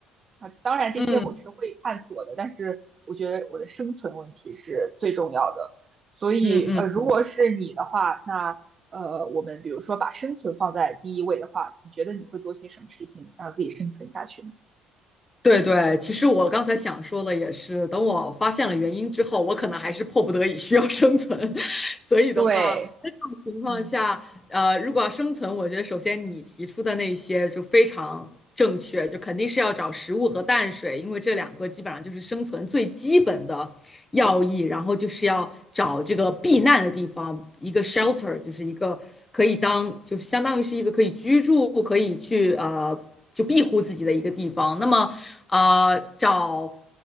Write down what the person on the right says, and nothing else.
啊，当然这些我是会探索的，
但是我觉得我的生存问题是最重要的，所以呃，
如果是你的话，那呃，我们比如说把生存放在第一位的话，你觉得你会做些什么事情让自己生存下去呢？
对，
嗯